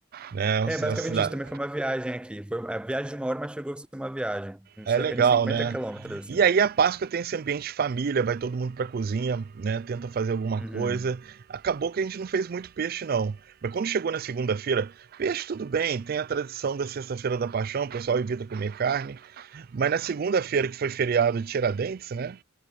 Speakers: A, on the right; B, in the centre.
A: né?
B: É,
A: A
B: basicamente
A: cidade
B: isso. Também foi uma viagem aqui. Foi a viagem de uma hora, mas chegou a ser uma viagem. Uns
A: é
B: cerca
A: legal,
B: de cinquenta
A: né?
B: quilômetros,
A: E
B: assim.
A: aí a Páscoa tem esse ambiente de família, vai todo mundo pra cozinha, né? Tenta fazer alguma
B: Uhum.
A: coisa. Acabou que a gente não fez muito peixe não. Mas quando chegou na segunda-feira, peixe tudo bem, tem a tradição da sexta-feira da Paixão, o pessoal evita comer carne. Mas na segunda-feira que foi feriado de Tiradentes, né?